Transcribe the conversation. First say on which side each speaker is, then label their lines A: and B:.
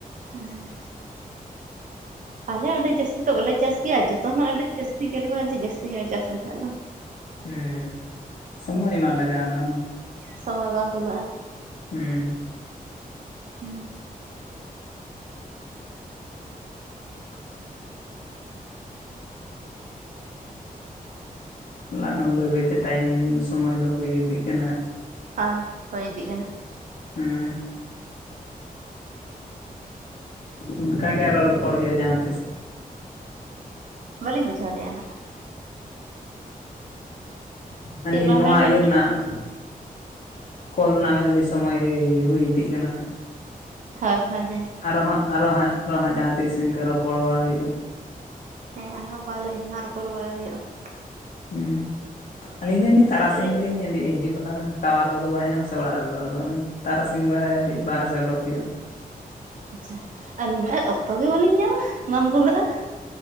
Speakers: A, on the right; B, on the left.
A: ᱦᱮᱸ ᱾ ᱟᱞᱮ ᱟᱹᱰᱤ ᱡᱟᱹᱥᱛᱤ ᱫᱚ ᱵᱟᱞᱮ ᱪᱟᱥ ᱜᱮᱭᱟ, ᱡᱚᱛᱚᱱᱟᱜ ᱟᱹᱰᱤ ᱡᱟᱹᱥᱛᱤ ᱡᱟᱹᱨᱩᱣᱟ ᱡᱮ ᱡᱟᱹᱥᱛᱤ ᱜᱮᱞᱮ ᱪᱟᱥ ᱞᱮᱠᱷᱟᱡ ᱫᱚ ᱾
B: ᱦᱩᱸ, ᱥᱚᱢᱚᱭ ᱮᱢ ᱞᱟᱜᱟᱜ-ᱟ ᱚᱱᱟ ᱦᱚᱸ ᱾
A: ᱥᱚᱢᱚᱭ ᱵᱟᱝ ᱠᱩᱞᱟᱹᱜ-ᱟ ᱾
B: ᱦᱩᱸ ᱾
A: ᱦᱩᱸ ᱾
B: ᱟᱞᱟᱝᱟ ᱦᱚᱸ ᱵᱟᱹᱭ ᱵᱟᱹᱭᱛᱮ ᱴᱟᱭᱤᱢ ᱥᱚᱢᱚᱭ ᱫᱚ ᱦᱩᱭ ᱤᱫᱤᱜ ᱠᱟᱱᱟ ᱦᱟᱸᱜ ᱾
A: ᱦᱳᱭ ᱦᱩᱭ ᱤᱫᱤᱜ ᱠᱟᱱᱟ ᱾
B: ᱦᱮᱸ ᱾ ᱚᱱᱠᱟ ᱜᱮ ᱟᱨᱚ ᱨᱚᱯᱚᱲ ᱦᱩᱭᱩᱜ-ᱟ ᱡᱟᱦᱟ ᱛᱤᱥ
A: ᱵᱟᱹᱞᱤᱧ ᱵᱩᱡᱟᱹᱣ ᱞᱮᱜ-ᱟ ᱱᱟᱦᱟᱜ
B: ᱢᱟᱱᱮ
A: ᱪᱮᱫ ᱵᱟᱝ
B: ᱱᱚᱣᱟ
A: ᱵᱮᱱ ᱢᱮᱱ
B: ᱤᱭᱟᱹ
A: ᱠᱮᱜ
B: ᱨᱮᱱᱟᱜ ᱠᱚᱞ ᱨᱮᱱᱟᱜ ᱢᱮᱱ ᱫᱟᱹᱞᱤᱧ ᱥᱚᱢᱚᱭ ᱦᱩᱭ ᱦᱩᱭ ᱤᱫᱤᱜ ᱠᱟᱱᱟ ᱦᱟᱸᱜ ᱾
A: ᱦᱳᱭ ᱦᱳᱭ, ᱦᱮᱸ ᱾
B: ᱟᱨᱚ ᱦᱟᱸᱜ ᱟᱨᱦᱚᱸ ᱦᱟᱸᱜ ᱟᱨᱚ ᱦᱟᱸᱜ ᱡᱟᱦᱟᱸ ᱛᱤᱥ ᱤᱱᱠᱟᱹ ᱨᱚᱯᱚᱲ ᱵᱟᱲᱟ ᱦᱩᱭᱩᱜᱼᱟ ᱾
A: ᱦᱮᱸ, ᱟᱨᱦᱚ ᱚᱠᱟ ᱦᱤᱞᱳᱜ ᱦᱟᱸᱜ ᱨᱚᱯᱚᱲ ᱵᱟᱲᱟ ᱦᱩᱭᱩᱜ-ᱟ ᱾
B: ᱦᱩᱸ, ᱟᱹᱞᱤᱧ ᱫᱚ ᱩᱱᱤ ᱛᱟᱨᱟᱥᱤᱧ
A: ᱟᱞᱮ
B: ᱜᱮᱞᱤᱧ ᱧᱮᱞ ᱦᱤᱡᱩᱜ ᱾ ᱴᱟᱣᱟᱨ ᱠᱚᱫᱚ ᱵᱟᱭ ᱧᱟᱢ ᱟᱥᱮ ᱚᱲᱟᱜ ᱨᱮᱫᱚ ᱟᱫᱚ ᱛᱟᱨᱟᱥᱤᱧ ᱵᱮᱲᱟᱭ ᱟᱹᱰᱤ ᱵᱟᱨᱦᱮ ᱥᱮ ᱚᱰᱚᱠ ᱦᱩᱭᱩᱜ-ᱟ ᱾
A: ᱟᱪᱪᱷᱟ, ᱟᱹᱞᱤᱧ ᱢᱟ ᱚᱠᱛᱚ ᱜᱮ ᱵᱟᱹᱞᱤᱧ ᱧᱟᱢᱟ, ᱵᱟᱝ ᱠᱩᱞᱟᱹᱜ-ᱟ ᱾